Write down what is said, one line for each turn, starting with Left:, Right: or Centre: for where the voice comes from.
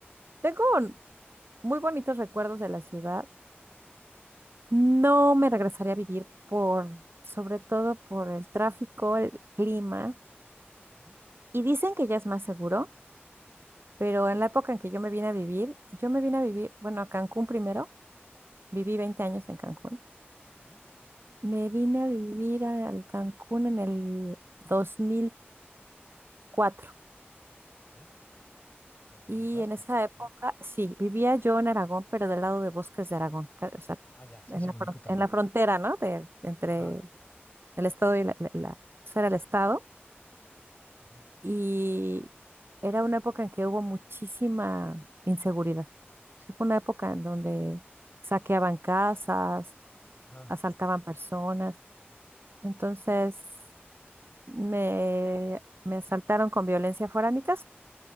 Right: tengo un- muy bonitos recuerdos de la ciudad. No me regresaría a vivir por, sobre todo por el tráfico, el clima.
Left: ujú,
Right: Y dicen que ya es más seguro, pero
Left: Sí,
Right: en la época en que yo me vine a vivir, yo me vine a vivir, bueno, a Cancún primero, viví 20 años en Cancún.
Left: ujú,
Right: Me vine a vivir a- al Cancún en el dos mil cuatro
Left: ok. Ya tiene
Right: y
Left: un rato,
Right: en esa
Left: sí.
Right: época, sí, vivía yo en Aragón, pero del lado de Bosques de Aragón, ca- o sea,
Left: Ah, ya, sí,
Right: en
Left: sí, lo
Right: la,
Left: ubico
Right: fron-
Left: también.
Right: en la frontera, ¿no? De, entre
Left: Ah,
Right: el estado y la, la, la- eso era el estado
Left: ujú,
Right: y era una época en que hubo muchísima inseguridad. Sí, fue una época en donde saqueaban casas,
Left: ah,
Right: asaltaban personas, entonces Me, me asaltaron con violencia fuera de mi casa